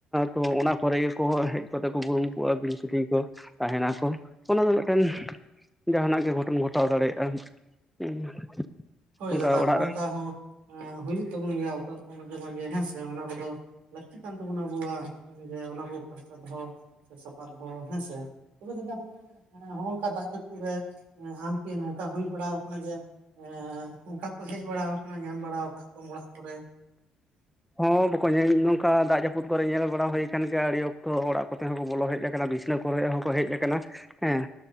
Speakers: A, in the centre; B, on the right (about 80°).
A: ᱛᱚ ᱚᱱᱟ ᱠᱚᱨᱮ ᱜᱮ ᱠᱚ ᱦᱮᱡ ᱠᱟᱛᱮᱜ ᱠᱚ ᱵᱩᱨᱩᱢ ᱠᱚᱜᱼᱟ ᱵᱤᱧ ᱠᱤᱫᱤᱧ ᱠᱚ ᱛᱟᱦᱮᱱᱟ ᱠᱚ ᱚᱱᱟ ᱫᱚ ᱢᱤᱫᱴᱮᱱ ᱡᱟᱦᱟᱱᱟᱜ ᱜᱮ ᱜᱷᱚᱴᱚᱱ ᱜᱷᱚᱴᱟᱣ ᱫᱟᱲᱮᱭᱟᱜᱼᱟ᱾ <unintelligible>
B: ᱦᱳᱭ
A: ᱚᱱᱠᱟ
B: ᱫᱟᱫᱟ
A: ᱚᱲᱟᱜ
B: ᱦᱚᱸᱜᱼ ᱱᱚᱝᱠᱟ ᱦᱚᱸ ᱦᱩᱭᱩᱜ ᱛᱟᱵᱚᱱ ᱜᱮᱭᱟ ᱚᱠᱟᱠᱚ ᱢᱟᱡᱷᱮ ᱢᱟᱡᱷᱮ ᱦᱮᱸᱥᱮ ᱚᱱᱟ ᱠᱚᱫᱚ ᱞᱟᱹᱠᱛᱤ ᱠᱟᱱ ᱛᱟᱵᱚᱱᱟ ᱟᱵᱚᱣᱟᱜ ᱡᱮ ᱚᱱᱟ ᱠᱚ ᱯᱷᱟᱨᱪᱟ ᱫᱚᱦᱚ ᱥᱮ ᱥᱟᱯᱷᱟ ᱫᱚᱦᱚ ᱦᱮᱸᱥᱮ ᱛᱚᱵᱮ ᱫᱟ <unintelligible> ᱦᱚᱜᱼ ᱱᱚᱝᱠᱟ ᱫᱟᱜ ᱯᱩᱨᱟ ᱟᱢᱠᱤ ᱱᱚᱝᱠᱟ ᱦᱩᱭ ᱵᱟᱲᱟ ᱠᱟᱱᱟ ᱡᱮ ᱮᱻ ᱚᱱᱠᱟ ᱠᱚ ᱦᱮᱡ ᱵᱟᱲᱟ ᱟᱠᱟᱱᱟ ᱧᱟᱢ ᱵᱟᱲᱟ ᱟᱠᱟᱫ ᱠᱚ ᱚᱲᱟᱜ ᱠᱚᱨᱮ
A: ᱦᱚᱸ ᱵᱟᱠᱚᱧ ᱱᱚᱝᱠᱟ ᱫᱟᱜ ᱡᱟᱹᱯᱩᱫ ᱠᱚᱨᱮ ᱧᱮᱞ ᱵᱟᱲᱟ ᱦᱩᱭ ᱟᱠᱟᱱ ᱜᱮᱭᱟ ᱟᱹᱰᱤ ᱚᱠᱛᱚ ᱚᱲᱟᱜ ᱠᱚ ᱛᱮᱦᱚ ᱠᱚ ᱵᱚᱞᱚ ᱦᱮᱡ ᱟᱠᱟᱱᱟ ᱵᱤᱥᱱᱟᱹ ᱠᱚᱨᱮ ᱦᱚᱸᱠᱚ ᱦᱮᱡ ᱟᱠᱟᱱᱟ ᱦᱮᱸ